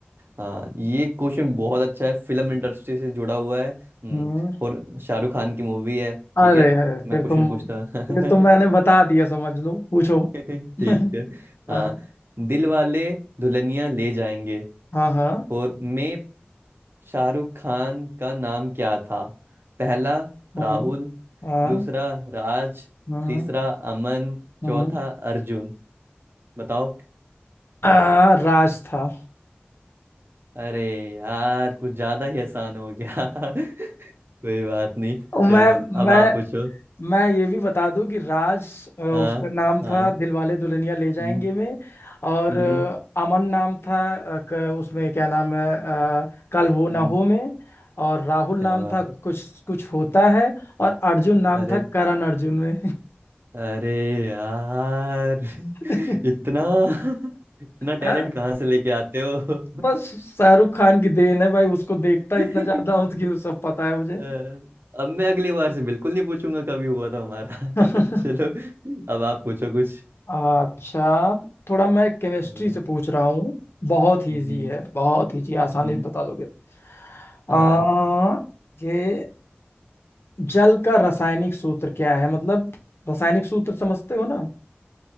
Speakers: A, on the right; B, on the left.
A: हाँ ये क्वेश्चन बहुत अच्छा है फिल्म इंडस्ट्री से जुड़ा हुआ है हम्म,
B: हम्म
A: और शाहरुख खान की मूवी है ठीक
B: अरे
A: है
B: अरे,
A: मैं
B: फिर
A: क्वेश्चन
B: तुम
A: पूछता हूँ
B: फिर तुम मैंने बता
A: <laughs>
B: दिया समझ लो पूछो
A: ठीक
B: <laughs> हाँ
A: है हाँ दिल वाले दुल्हनिया ले जाएंगे
B: हाँ हाँ
A: और में शाहरुख खान का नाम क्या था पहला
B: हाँ
A: राहुल
B: हाँ
A: दूसरा राज
B: हाँ
A: तीसरा अमन
B: हाँ
A: चौथा अर्जुन बताओ
B: आ, राज था
A: अरे यार कुछ ज्यादा ही आसान हो गया <laughs> कोई बात नहीं चलो
B: मैं
A: अब
B: मैं
A: आप पूछो
B: मैं ये भी बता दूं कि राज अ, उसका
A: हाँ
B: नाम
A: हाँ
B: था दिलवाले दुल्हनिया ले जाएंगे
A: हम्म
B: में और
A: हम्म
B: अ, अमन नाम था अ, क- उसमें क्या नाम है अ, कल
A: हम्म,
B: हो ना हो में और राहुल
A: क्या
B: नाम
A: बात
B: था कुछ
A: है
B: कुछ होता है और अर्जुन नाम
A: अरे
B: था करण अर्जुन में
A: अरे यार
B: <laughs>
A: <laughs> इतना <laughs> इतना टैलेंट
B: हाँ,
A: कहाँ से लेके आते हो
B: बस शाहरुख खान की देन है भाई उसको देखता
A: <laughs>
B: इतना ज्यादा हूं तो कि वो सब पता है मुझे
A: अ, अब मैं अगली बार से बिल्कुल नहीं पूछूंगा कभी हुआ था हमारा
B: <laughs>
A: <laughs> चलो अब आप पूछो कुछ
B: अच्छा थोड़ा मैं केमिस्ट्री
A: हम्म
B: से पूछ रहा हूँ बहुत इजी
A: हम्म
B: है बहुत इजी
A: हम्म,
B: आसानी से बता लोगे आ,
A: हाँ
B: ये जल का रासायनिक सूत्र क्या है मतलब रासायनिक सूत्र समझते हो ना